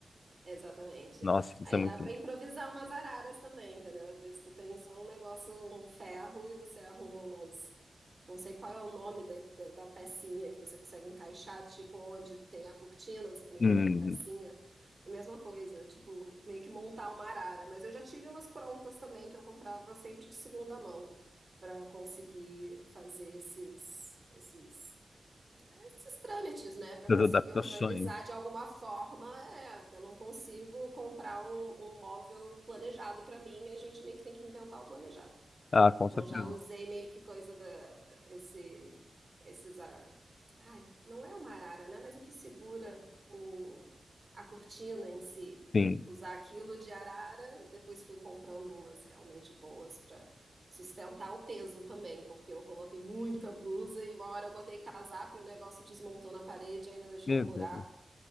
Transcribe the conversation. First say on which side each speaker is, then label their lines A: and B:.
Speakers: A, on the right; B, on the left.
A: Exatamente.
B: Nossa,
A: Aí
B: isso é muito.
A: dá pra improvisar umas araras também, entendeu? Às vezes tu tem só um negócio, um ferro, e você arruma umas. Não sei qual é o nome da, da, da pecinha que você consegue encaixar, tipo, onde tem a cortina, você também
B: Hum,
A: tem aquela pecinha. É a mesma coisa, tipo, meio que montar uma arara. Mas eu já tive umas prontas também que eu comprava sempre de segunda mão pra conseguir fazer esses, esses esses trâmites, né, para conseguir
B: as adaptações.
A: organizar de alguma forma, é, que eu não consigo comprar um, um móvel planejado para mim, a gente meio que tem que inventar o planejado.
B: Ah, com
A: Então
B: certeza.
A: já usei meio que coisa da esse esses ah, ai, não é uma arara, né, mas o que segura o a cortina em si,
B: Sim.
A: usar aquilo de arara e depois fui comprando umas realmente boas para sustentar o peso também, porque eu coloquei muita blusa e uma hora eu botei casaco e o negócio desmontou na parede e ainda deixou
B: Meu
A: um buraco.
B: Deus.